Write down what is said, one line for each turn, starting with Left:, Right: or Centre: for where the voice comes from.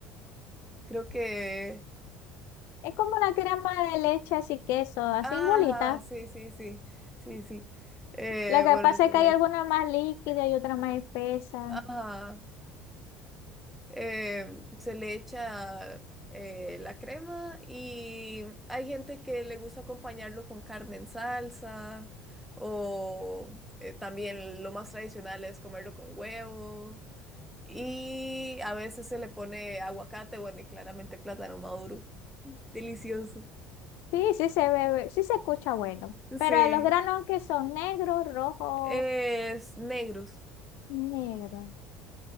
Centre: Creo que
Left: es como la crema de leche, así queso, así
Centre: Ajá,
Left: igualita.
Centre: sí, sí, sí, sí, sí. Eh,
Left: Lo que
Centre: bueno,
Left: pasa
Centre: se
Left: es que
Centre: le,
Left: hay alguna más líquida y otra más espesa.
Centre: ajá, eh se le echa eh, la crema y hay gente que le gusta acompañarlo con carne en salsa o eh, también lo más tradicional es comerlo con huevo y a veces se le pone aguacate, bueno, y claramente plátano maduro. Delicioso.
Left: Sí, sí se bebe, sí se escucha bueno. Pero
Centre: Sí,
Left: los granos que son negros, rojo,
Centre: es negros.
Left: negro.